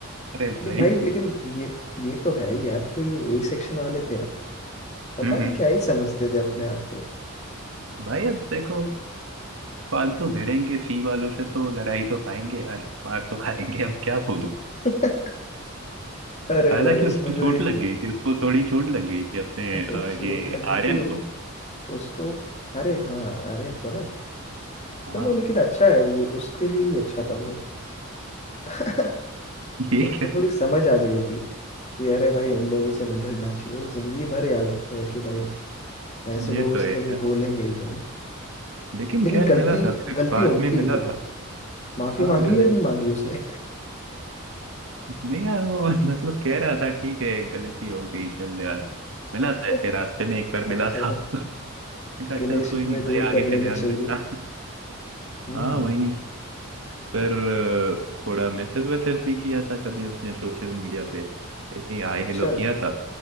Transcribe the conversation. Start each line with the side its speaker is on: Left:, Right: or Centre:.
Right: अरे
Left: ये
Right: भाई
Left: भाई लेकिन ये ये तो है ही यार जो ये ए सेक्शन वाले थे ना पता
Right: हम्म
Left: नहीं
Right: हम्म।
Left: क्या ही समझते थे अपने आप को
Right: भाई अब देखो फालतू भिड़ेंगे सी वालों से तो लड़ाई तो खाएंगे यार मार तो खाएंगे अब क्या बोलूं
Left: <laughs> अरे
Right: हालांकि
Left: भाई उसमें
Right: उसकी
Left: जो
Right: चोट
Left: ये
Right: लग गई थी उसको थोड़ी चोट लग गई थी अपने
Left: अरे
Right: अ,
Left: चोट
Right: ये
Left: लग गई
Right: आर्यन
Left: थी उ-
Right: को
Left: उसको अरे हाँ आर्यन को ना
Right: हाँ
Left: चलो लेकिन अच्छा है वो उसके लिए ही अच्छा
Right: <laughs>
Left: था वो <laughs>
Right: ये
Left: तो उसको
Right: क्या
Left: थोड़ी समझ आ गई होगी कि अरे भाई इन लोगों से नहीं भिड़ना चाहिए वो जिंदगी भर याद रखेगा कि भाई ऐसे लोगों
Right: ये तो
Left: से
Right: है
Left: कभी
Right: यार
Left: बोलेंगे ही नहीं
Right: लेकिन
Left: लेकिन
Right: खैर
Left: गलती
Right: मिला था फिर
Left: गलती
Right: बाद
Left: उनकी
Right: में मिला
Left: ही थी
Right: था
Left: माफी
Right: हाँ
Left: मांगी
Right: गलत
Left: या नहीं मांगी उसने
Right: नहीं यार वो <laughs> मतलब कह रहा था ठीक है गलती हो गई चल यार मिला था
Left: <laughs>
Right: ऐसे रास्ते में एक बार मिला
Left: चलो
Right: था <laughs> मैंने कहा
Left: गिले
Right: चल कोई
Left: शिकवे
Right: नहीं भाई
Left: दूर
Right: आगे
Left: कर
Right: से
Left: लेने
Right: ध्यान
Left: चाहिए
Right: रखना
Left: हम्म
Right: <laughs> हाँ वही पर अ, थोड़ा मैसेज वैसेज भी किया था कभी उसने सोशल मीडिया पे ऐसे ही हाय
Left: अच्छा
Right: हेलो किया था